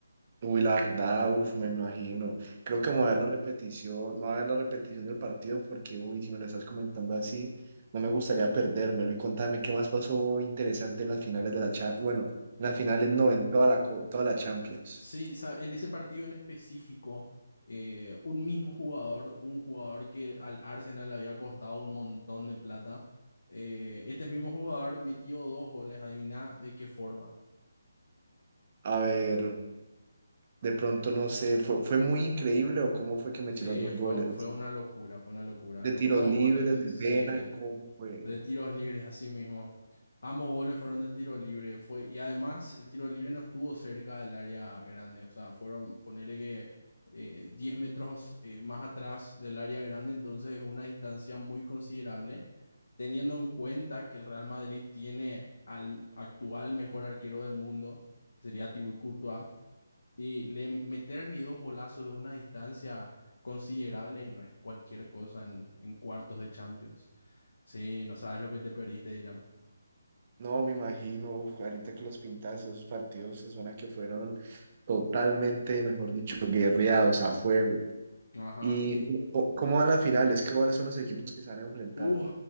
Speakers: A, on the right; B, on the left.
A: Uy, la verdad, uf, me imagino. Creo que me voy a ver la repetición, me voy a ver la repetición del partido porque, uy, si me lo estás comentando así, no me gustaría perdérmelo. Y contame qué más pasó interesante en las finales de la Champions. Bueno, en las finales no, en toda la, co- toda la Champions.
B: Sí, o sea, en ese partido en específico, eh, un mismo jugador, un jugador que al Arsenal le había costado un montón de plata, eh, este mismo jugador metió dos goles, adivina de qué forma.
A: A ver, de pronto no sé, ¿fue, fue muy increíble o cómo fue que metió
B: Sí,
A: los dos
B: fue,
A: goles?
B: fue una locura, fue una locura.
A: ¿De
B: Los
A: tiros
B: dos
A: libres,
B: goles,
A: de
B: sí.
A: penal? ¿Cómo fue?
B: De tiros libres, así mismo. Ambos goles fueron de tiro libre. Fue, y además, el tiro libre no estuvo cerca del área grande. O sea, fueron, ponele que eh, 10 metros eh, más atrás del área grande. Entonces, es una distancia muy considerable. Teniendo en cuenta que el Real Madrid tiene al actual mejor arquero del mundo, que sería Thibaut Courtois, y le, meterle dos golazos de una distancia considerable no es cualquier cosa en, en cuartos de Champions. Sí, no sabes lo que te perdiste, Dylan.
A: No, me imagino, uf, ahorita que los pintas, esos partidos se suena que fueron totalmente, mejor dicho, guerreados a fuego.
B: Ajá.
A: ¿Y
B: Y,
A: co- cómo van las finales? ¿Qué- ¿Cuáles son los equipos que se van a enfrentar?
B: uh,